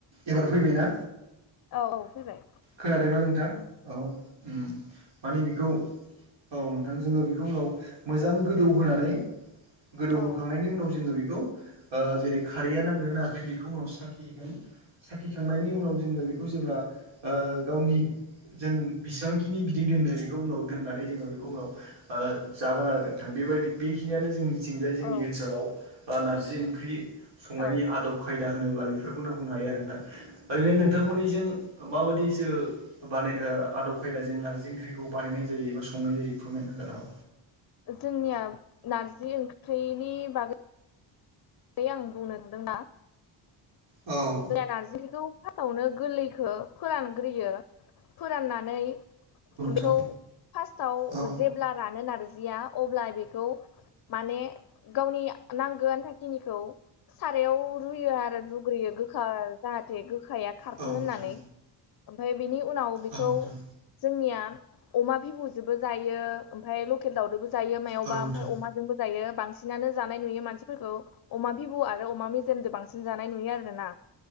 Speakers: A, on the right; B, on the left.
A: एबार फैबायना?
B: औ फैबाय
A: खोनादोंना नोंथां? औ माने बेखौ औ नोंथां जोङो बेखौ उनाव मोजां गोदौ होनानै गोदौहोखांनायनि
B: औ
A: उनाव जोङो बेखौ जेरै खारैया नांगनो नाङाखै बेखौ उनाव साखिगोन। साखिखांनायनि उनाव जोङो बेखौ जेब्ला गावनि जों बिसेबांखिनि बिदै खौ उनाव दनानै जोङो बेखौ उनाव जागोन आरो नोंथां बेबाय बेखिनिया जोंनि थिंजाय जोंनि
B: औ
A: ओनसोलाव बा नारजि ओंख्रि संनायनि
B: औ
A: आदब ा होनोब्ला बेफोरखौनो बुंनो हायो आरो नोंथां ओरैनो नोंथांमोननिजों माबादिसो बानाय आदब खायदाजों नारजि ओंख्रिखौ बानायनाय जायो एबा संनाय जायो फोरमायनो हागोनामा?
B: जोंनिया नारजि ओंख्रिनि बागै है आं बुंनो <unintelligible> ओ <unintelligible>
A: हागोन
B: नारजिखौ <unintelligible> फावनो गोरलैखो फोरानग्रोयो फोराननानै बेखौ
A: नामा?
B: फार्स्टआव
A: औ नोंथां औ
B: जेब्ला रानो नार जिया अब्ला बेखौ माने गावनि नांगो आनथा सारायाव रुयो आरो रुग्रोयो गो जाहाथे गोखाया खारथो
A: औ नोंथां
B: होननानै ओमफ्राय बिनि उनाव बेखौ
A: औ नोंथां
B: जोंनिया अमा बिबुजोंबो जायो ओमफ्राय लकेल दाउजोंबो जायो मायावबा
A: औ नोंथां
B: ओमफ्राय अमाजोंबो जायो बांसिनानो जानाय नुयो मानसिफोरखौ अमा बिबु आरो अमा मेजेमजों बांसिन जानाय नुयो आरो ना